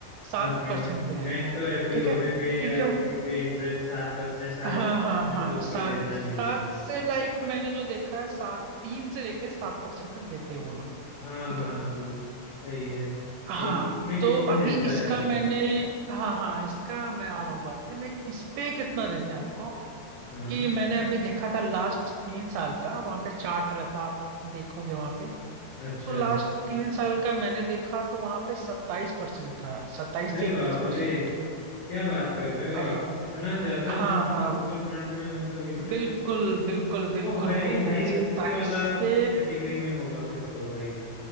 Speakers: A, on the right (about 85°); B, on the left (about 85°).
A: सात
B: हाँ बैंक
A: परसेंट दे रहे
B: बैंक
A: थे
B: तो एफडी
A: ठीक
B: वगैरह
A: है
B: पे
A: ठीक
B: या
A: है
B: किसी पे इंटरेस्ट सात परसेंट साढ़े
A: हाँ
B: सात परसेंट
A: हाँ हाँ
B: से ऊपर
A: सात
B: देता
A: सात
B: नहीं है
A: से लाइक मैंने जो देखा है सात तीन से लेके सात परसेंट तक देते हैं वो लोग
B: हाँ
A: ठीक
B: हाँ
A: है
B: वो सही है
A: हाँ
B: तो इसमें कितना
A: तो अभी
B: देता
A: इसका
B: है एवरेज?
A: मैंने हाँ हाँ इसका मैं आ रहा हूँ बात पे लाइक इस पे कितना देते हैं आपको
B: हाँ
A: कि मैंने अभी देखा था लास्ट तीन साल का वहां पे चार्ट रहता आप देखोगे वहां पे
B: अच्छा
A: तो लास्ट तीन साल का मैंने देखा तो वहां पे सत्ताईस परसेंट था सत्ताईस
B: अरे
A: से इकतीस
B: बाप
A: परसेंट
B: रे क्या बात कर रहे हो आप
A: भाई
B: इतना ज्यादा
A: हाँ
B: मतलब
A: हाँ
B: म्यूचुअल फंड में मतलब इंटरेस्ट
A: बिल्कुल बिल्कुल बिल्कुल
B: वो वेरी
A: भाई
B: हाई रिस्की
A: सत्ताईस
B: वाला
A: से
B: कैटेगरी में होगा फिर तो भाई